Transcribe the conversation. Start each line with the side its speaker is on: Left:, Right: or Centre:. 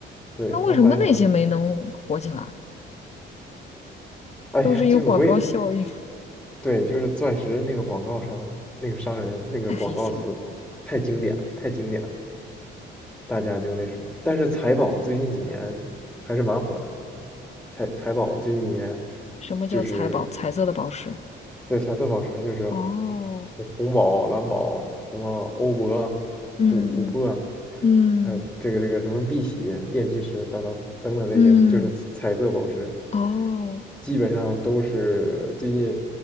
Centre: 对，
Left: 那为什么那些没能火起来？
Centre: 它们化学成分，哎呀，
Left: 都是有广告效应，
Centre: 就是我也对，就是钻石那个广告商、那个商人、
Left: <laughs>
Centre: 那个广告词，
Left: 太黑心了。
Centre: 太经典了，太经典了，大家就那什么。但是财宝最近几年还是蛮火的，财财宝最近几年
Left: 什么叫彩宝？
Centre: 就是
Left: 彩色的宝石。
Centre: 对，彩色宝石就是红红红红宝、
Left: 哦，
Centre: 蓝宝，什么欧泊、
Left: 嗯嗯
Centre: 琥琥珀，
Left: 嗯
Centre: 呃，这个这个什么碧玺、电气石等等等等这些，
Left: 嗯，
Centre: 就是彩色宝石，
Left: 哦
Centre: 基本上都是最近